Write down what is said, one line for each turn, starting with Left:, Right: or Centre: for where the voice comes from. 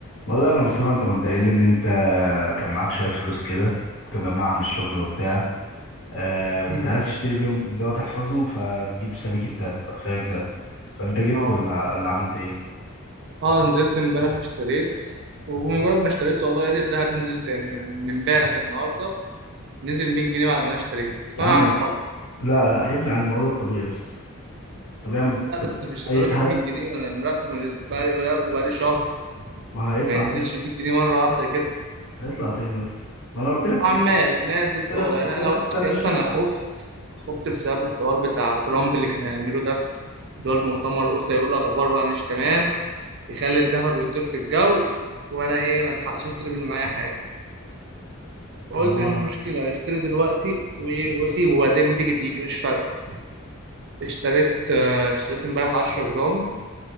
Left: والله يا مصطفى انت كنت قايل لي ان انت كان معاك شويه فلوس كده كنت مجمعها من الشغل وبتاع آه وكنت
Right: مم.
Left: عايز تشتري بيهم اللي هو تحفظهم فتجيب سبيك الدهب او سبيك ده فانت جبت
Right: اه
Left: ولا ولا عملت ايه
Right: اه نزلت امبارح اشتريت وبمجرد ما اشتريت والله لقيت الدهب نزل تاني يعني من امبارح للنهارده نزل 100 جنيه بعد ما انا اشتريت
Left: يا
Right: فانا
Left: عم
Right: عارف حظي
Left: لا لا يا ابني عاد ما هو ده الطبيعي يا اسطى طبيعي اما بتكتب
Right: لا بس مش
Left: اي
Right: لدرجه
Left: حاجه
Right: 100 جنيه ما انا مراقبه من أس- بقالي مراقبه بقالي شهر
Left: ما هيطلع
Right: ما ينزلش
Left: تاني
Right: 100 جنيه مره واحده كده
Left: هيطلع تاني يا اسطى ما انا قلت لك
Right: وعمال
Left: استنى
Right: نازل
Left: قلت
Right: طالع
Left: لك
Right: يعني
Left: قلت لك
Right: انا
Left: استنى
Right: يا
Left: اشتري
Right: اسطى انا
Left: معايا
Right: خفت خفت بسبب الحوار بتاع ترامب اللي كان هيعمله ده اللي هو المؤتمر قلت هيقول اخبار بقى مش تمام يخلي الدهب يطير في الجو وانا ايه ما الحقش اشتري من معايا حاجه قلت
Left: اه
Right: مش مشكلة هشتري دلوقتي و- واسيبه بقى زي ما تيجي تيجي مش فارقة اشتريت آه، اشتريت امبارح 10 جرام